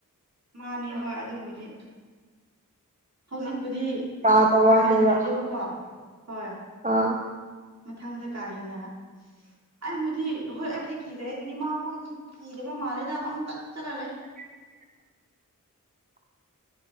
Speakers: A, on the right (about 50°); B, on the right (about 25°).
A: ꯃꯥꯅꯦ ꯍꯣꯏ ꯑꯗꯨꯕꯨꯗꯤ ꯍꯧꯖꯤꯛꯄꯨꯗꯤ
B: ꯇꯥꯗ
A: ꯀꯥ
B: ꯋꯥꯅꯦꯕ
A: ꯍꯦꯟꯅ ꯂꯩꯇꯦꯕꯀꯣ ꯍꯣꯏ
B: ꯑꯥ
A: ꯃꯊꯪꯗ ꯀꯥ ꯍꯦꯟꯅ ꯑꯩꯕꯨꯗꯤ ꯍꯣꯏ ꯑꯩꯕꯨꯗꯤ ꯀꯤꯖꯩ ꯑꯗꯨꯗꯤ ꯃꯥꯈꯣꯏꯗꯤ ꯀꯤꯗꯕ ꯃꯥꯜꯂꯦꯗ ꯄꯪ ꯇꯠ ꯆꯠꯂꯂꯦ
B: <inaudible>